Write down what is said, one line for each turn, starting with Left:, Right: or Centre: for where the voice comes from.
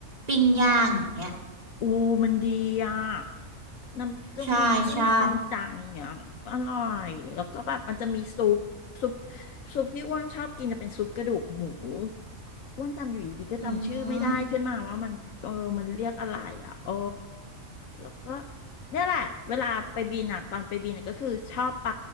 Right: ปิ้งย่างอย่างเงี้ย
Left: อูมันดีอ่ะน้ำจิ้มจิ้มซัมจังอย่างอร่อยแล้วก็แบบมันจะมีซุปซุป
Right: ใช่ใช่
Left: ซุปที่อ้วนชอบกินจะเป็นซุปกระดูกหมู อ้วนจำอยู่ดีๆก็จำชื่อไม่ได้ขึ้นมาว่ามันเออมันเรียกอะไรอ่ะโอ้
Right: อืม
Left: แล้วก็เนี่ยแหละเวลาไปบินอ่ะตอนไปบินเน่ยก็คือชอบไป